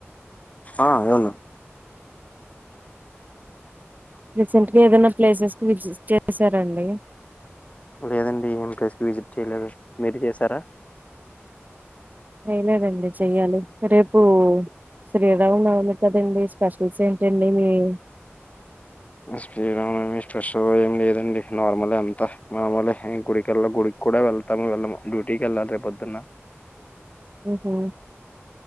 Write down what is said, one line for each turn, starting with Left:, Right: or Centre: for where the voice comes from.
Left: ఆ యవును
Right: రీసెంట్‌గా ఏదన్నా ప్లేసెస్‌కి విజిట్ చేశారా అండి?
Left: లేదండి, ఏం ప్లేసెస్‌కి విజిట్ చేయలేదు. మీరు చేశారా?
Right: ట్రైలర్ అండి. చేయాలి రేపు శ్రీరామ నవమి కదా అండి. స్పెషల్స్ ఏంట అండి మీవి?
Left: శ్రీరామ నవమి స్పెషల్ ఏమి లేదండి, నార్మల్‌ ఏ అంతా. మమెలే గుడికి ఎల్ల గుడికి కూడా వెళ్తామో, వెళ్ళమో? డ్యూటీకి వెళ్ళాలి రేపు పొద్దునా.
Right: ఉహ్మ్